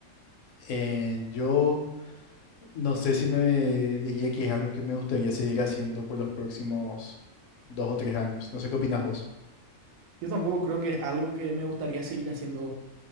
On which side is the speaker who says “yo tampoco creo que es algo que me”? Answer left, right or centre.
Right